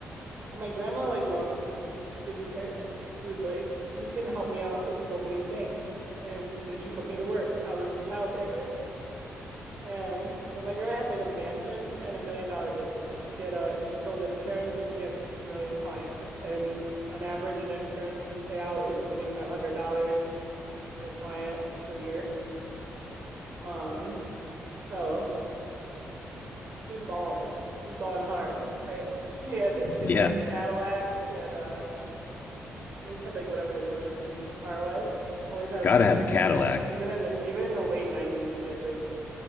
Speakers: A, on the right (about 45°); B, on the left (about 45°).
A: But my grandma like loved me. She didn't care. She was like, "You can help me out with so many things," and so she put me to work. I was the child labor. And but my grandma had like a mansion and a million dollar business. She had a she sold insurance and she had a million clients. And on average, an insurance payout is $2,500 per client per year. Um, so she was balling. She was balling hard, right? <laughs> She had she
B: Yeah.
A: had like a Cadillac. She had uh she always had like whatever the newest, sweetest car was. Always had
B: Gotta
A: a touch
B: have the
A: screen.
B: Cadillac.
A: Even in the even in the late 90s, she had like